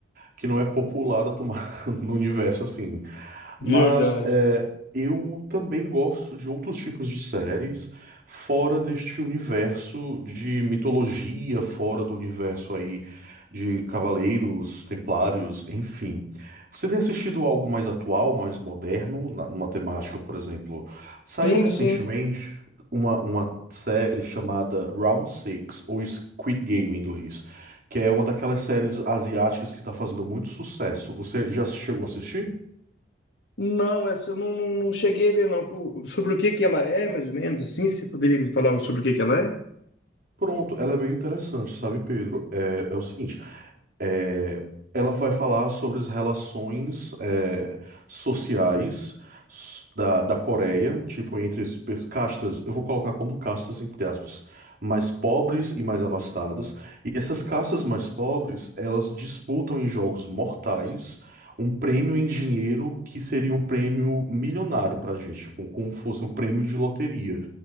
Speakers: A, on the right (about 55°); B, on the left (about 85°).
A: que não é popular a tomar <laughs> no universo, assim. Mas
B: Verdade.
A: é, eu também gosto de outros tipos de séries fora deste universo de mitologia, fora do universo aí de cavaleiros, templários, enfim. Você tem assistido algo mais atual, mais moderno, na, numa temática, por exemplo? Saiu
B: Sim,
A: recentemente
B: sim.
A: uma, uma série chamada Round Six ou Squid Game em inglês, que é uma daquelas séries asiáticas que está fazendo muito sucesso. Você já chegou a assistir?
B: Não, essa eu não, não, não cheguei a ver, não. Co- Sobre o que que ela é, mais ou menos, assim? Você poderia me falar sobre o que que ela é?
A: Pronto, ela é bem interessante, sabe, Pedro? É, é o seguinte, é, ela vai falar sobre as relações é, sociais s- da, da Coreia, tipo, entre as pe- castas, eu vou colocar como castas, entre aspas, mais pobres e mais abastadas. E essas castas mais pobres, elas disputam em jogos mortais um prêmio em dinheiro que seria um prêmio milionário pra gente, tipo, como fosse um prêmio de loteria.